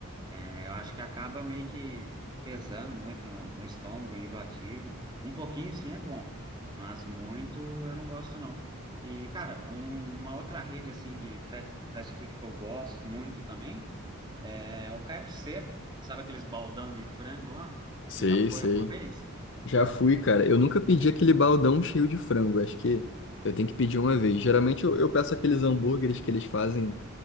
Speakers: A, on the right; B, on the left.
A: É, eu acho que acaba meio que pesando muito no, no estômago, enjoativo. Um pouquinho sim é bom, mas muito eu não gosto não. E, cara, um- uma outra rede assim de fat- fast food que eu gosto muito também é o KFC. Sabe aqueles baldão de frango lá?
B: Sei,
A: Você já foi
B: sei.
A: alguma vez?
B: Já
A: Já.
B: fui, cara. Eu nunca pedi aquele baldão cheio de frango. Acho que eu tenho que pedir uma vez. Geralmente eu, eu peço aqueles hambúrgueres que eles fazem